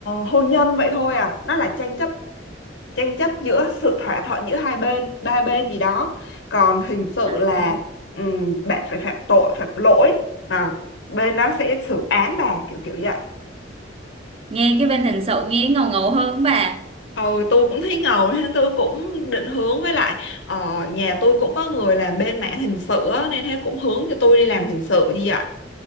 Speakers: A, on the left (about 75°); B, on the right (about 30°).
A: hôn nhân vậy thôi à nó là tranh chấp tranh chấp giữa sự thỏa thuận giữa hai bên ba bên gì đó còn hình sự
B: à.
A: là ừm, bạn phải phạm tội phạm lỗi à, bên đó sẽ xử án bà kiểu kiểu vậy
B: Nghe cái bên hình sự nghe ngầu ngầu hơn bà.
A: Ừ, tôi cũng thấy ngầu nên tôi cũng định hướng với lại ờ, nhà tôi cũng có người làm bên mảng hình sự á, nên thế cũng hướng cho tôi đi làm hình sự như vậy.